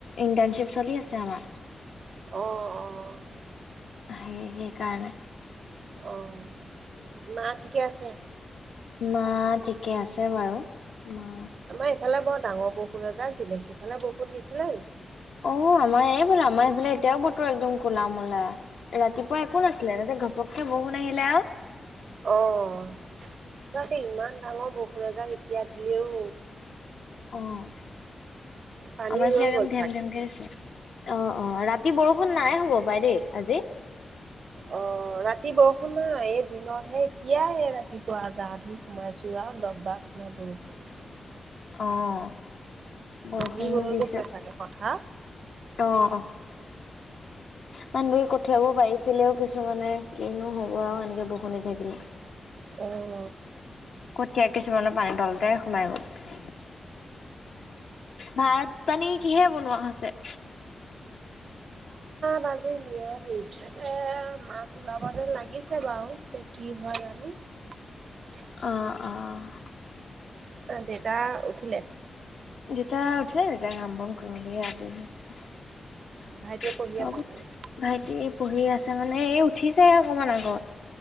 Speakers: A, on the left; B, on the right.
A: ইণ্টাৰ্ণশ্বিপ চলি আছে আমাৰ।
B: অঁ অঁ
A: সেই সেই কাৰণে
B: অ', মা, ঠিকে আছে
A: মা, ঠিকে আছে বাৰু মা
B: আমাৰ এইফালে বৰ ডাঙৰ বৰষুণ এজাক দিলে সিফালে বৰষুণ দিছিলে নেকি।
A: অ', আমাৰ এইফাল আমাৰ এইফালে এতিয়াও বতৰ একদম কলা মূলা ৰাতিপুৱা একো নাছিলে ন যে ঘপকে বৰষুন আহিলে আৰু
B: অ', ত ইমান ডাঙৰ বসুজাক এতিয়া দিলেও
A: অ',
B: পানী
A: আমাৰ
B: ৰৈ
A: ফ একদম
B: গ'ল
A: ধেম
B: চাগে।
A: ধেমক আছে অ', অ', ৰাতি বৰষুণ নাই হ'ব পাই দেই আজি
B: অ', ৰাতি বৰষুন নাই এই দিনত সেই এতিয়াই ৰাতিপুৱা গা ধুই সোমাইছো আৰু দববা শুনা বৰষুণ
A: অ বৰষুণ
B: তুমি হৈ
A: দিছে।
B: গৈছে চাগে কথা
A: অ', মানু বো কঠিয়াব পাৰিছিলেও কিছুমানে কিনো হ'ব আৰু এনেকে বৰষুন থাকিলে
B: উম,
A: কঠীয়া কিছুমানৰ পানী তলতে সোমাই গল ভাত পানী কিহে বনোৱা হৈছে
B: বাজি <unintelligible> <inaudible>
A: অহ, অহ,
B: আহ, দেউতা উঠিলে?
A: যেতিয়া উঠিলে তেতিতয়া কাম বন <unintelligible>
B: ভাইটিয়ে পঢ়ি আছে চাগে
A: পঢ়ি আছে মানে এই উঠিছে অকমান আগত।